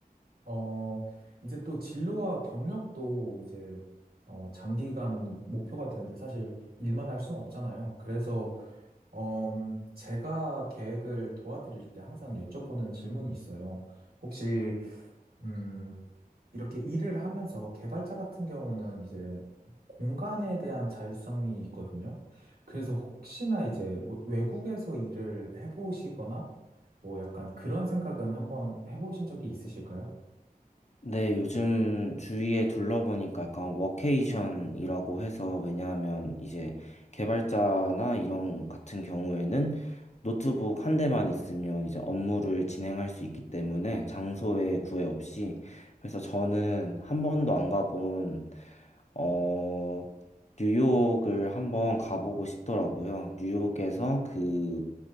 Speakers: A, on the right; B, on the left.
A: 어, 이제 또 진로와 경력도 이제, 어, 장기간 목표가 되는데 사실 일만 할 수는 없잖아요. 그래서 어, 음, 제가 계획을 도와드릴 때 항상 여쭤보는 질문이 있어요. 혹시, 음, 이렇게 일을 하면서 개발자 같은 경우는 이제 공간에 대한 자율성이 있거든요. 그래서 혹시나 이제 외- 외국에서 일을 해보시거나 뭐 약간 그런 생각은 한번 해보신 적이 있으실까요?
B: 네, 요즘 주위에 둘러보니까 약간 워케이션이라고 해서 왜냐하면 이제 개발자나 이런 같은 경우에는 노트북 한 대만 있으면 이제 업무를 진행할 수 있기 때문에 장소에 구애 없이 그래서 저는 한 번도 안 가본 어 뉴욕을 한번 가보고 싶더라고요. 뉴욕에서 그